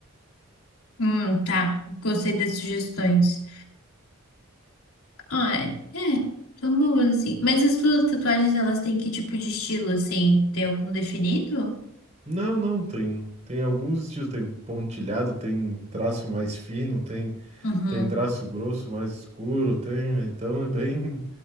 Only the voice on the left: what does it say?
Hum, tá. Gostei das sugestões. Ah, é. É, São boas, assim. Mas as tuas tatuagens, elas têm que tipo de estilo, assim? Tem algum definido?
Uhum.